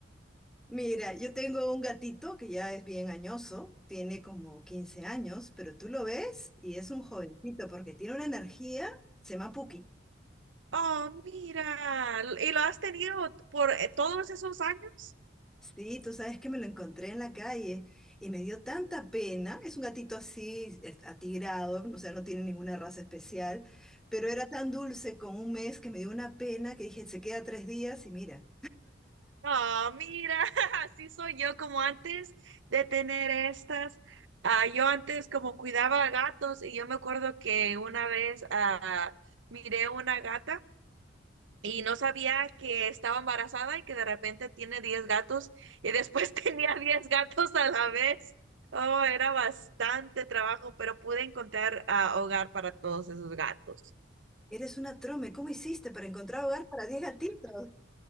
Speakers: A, in the centre; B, on the right (about 75°).
A: Mira, yo tengo un gatito que ya es bien añoso, tiene como 15 años, pero tú lo ves y es un jovencito porque tiene una energía, se llama Puki.
B: Oh, mira. ¿Y lo has tenido por eh, todos esos años?
A: Sí, tú sabes que me lo encontré en la calle y me dio tanta pena. Es un gatito así, es- atigrado, o sea, no tiene ninguna raza especial, pero era tan dulce con un mes que me dio una pena que dije, se queda tres días y mira.
B: Ah, mira, <laughs> así soy yo como antes de tener estas. Ah, yo antes como cuidaba gatos y yo me acuerdo que una vez ah, miré una gata Y no sabía que estaba embarazada y que de repente tiene 10 gatos y después <laughs> tenía 10 gatos a la vez. Oh, era bastante trabajo, pero pude encontrar ah, hogar para todos esos gatos.
A: Eres una trome, ¿cómo hiciste para encontrar hogar para diez gatitos?